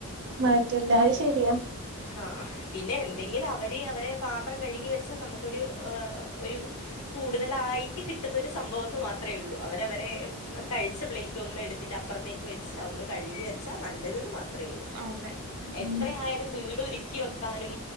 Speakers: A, on the right; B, on the left.
A: മാറ്റല്ല അത് ശരിയാ
B: ആ പിന്നെ എന്തെങ്കിലും അവര് അവരെ പാത്രം കഴുകി വെച്ചാൽ നമുക്കൊരു ഒരു കൂടുതലാ <unintelligible> റ്റ് കിട്ടുന്ന ഒരു സംഭവംന്ന് മാത്രം അത്രയേ ഉള്ളൂ അവരവരെ കഴിച്ച പ്ലേറ്റ് ഒന്ന് എടുത്തിട്ട്പ്പുത്തേക്ക് വെച്ച് ഒന്ന് കഴുകി വെ ച്ച നല്ലന്ന് മാത്രമേ ഉള്ളൂ
A: അതെ
B: എത്രയാലും
A: ഉം
B: വീട് ഒ ക്കി വെക്കാനും